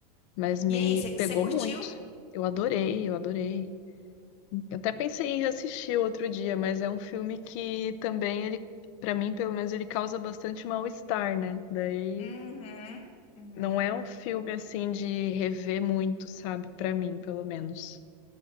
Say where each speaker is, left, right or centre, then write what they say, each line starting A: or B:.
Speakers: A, on the left (about 50°); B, on the left (about 30°).
A: mas me
B: E aí, você
A: pegou
B: curtiu?
A: muito. Eu adorei, eu adorei. Eu até pensei em reassistir outro dia, mas é um filme que também ele, para mim, pelo menos ele causa bastante mal-estar, né? Daí
B: Uhum, uhum.
A: não é um filme assim de rever muito, sabe? Pra mim, pelo menos.